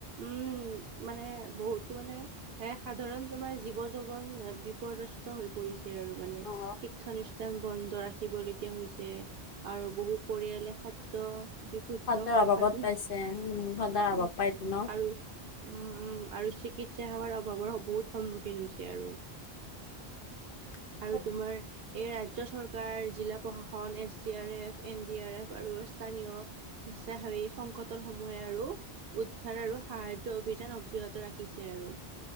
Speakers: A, on the right (about 70°); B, on the left (about 60°).
A: উম' মানে বহুতো মানে- এ, সাধাৰণ তোমাৰ জীৱ জগন বিপদস্ত হৈ পৰিছে। ছে আৰু মানে,
B: অ
A: শিক্ষানুষ্ঠান বন্ধ ৰাখিবলগীয়া হৈছে। আৰু বহু পৰিয়ালে খাদ্য- বিশুদ্ধ
B: খাদ্যৰ
A: খোৱা
B: অভাৱত
A: পানী,
B: পাইছে উম খাদ্যৰ অভাৱ
A: উম'
B: পাইতো ন
A: আৰু- উম উম' আৰু চিকিৎসা সেৱাৰ অভাৱৰ স বহুত সন্মুখীন হৈছে আৰু।
B: <inaudible>
A: আৰু তোমাৰ এই ৰাজ্য চৰকাৰ- জিলা প্ৰশাসন, S D R F, N D R F আৰু স্থানীয়- স্বেস্বাসেৱী সংকটৰ সময় আৰু- উদ্ধাৰ আৰু সাহাৰ্য্য অভিযান অব্যাহত ৰাখিছে আৰু।